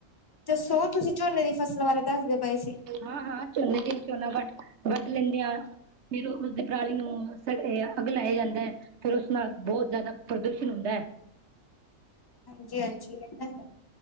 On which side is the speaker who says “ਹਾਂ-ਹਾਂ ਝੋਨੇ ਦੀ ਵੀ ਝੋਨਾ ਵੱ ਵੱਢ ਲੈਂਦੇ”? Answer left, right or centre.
Right